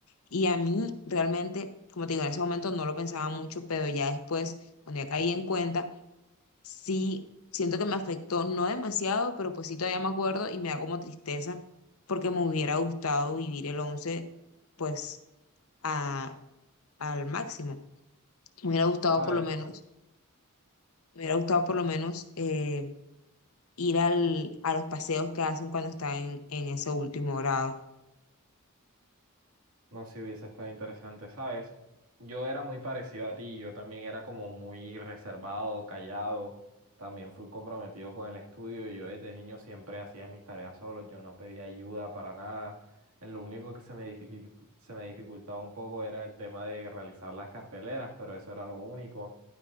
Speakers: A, on the left (about 80°); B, on the right (about 80°).
A: Y a mí realmente, como te digo, en ese momento no lo pensaba mucho, pero ya después, cuando ya caí en cuenta, sí siento que me afectó, no demasiado, pero pues sí todavía me acuerdo y me da como tristeza porque me hubiera gustado vivir el 11 pues a, al máximo. Me hubiera gustado
B: ¿Sabes?
A: por lo menos, me hubiera gustado por lo menos eh, ir al, a los paseos que hacen cuando están en, en ese último grado.
B: No sé si hubiese estado interesante, ¿sabes? Yo era muy parecido a ti, yo también era como muy reservado, callado, también fui comprometido con el estudio y yo desde niño siempre hacía mis tareas solo, yo no pedía ayuda para nada. En Lo único que se me dificil- se me dificultaba un poco era el tema de realizar las carteleras, pero eso era lo único.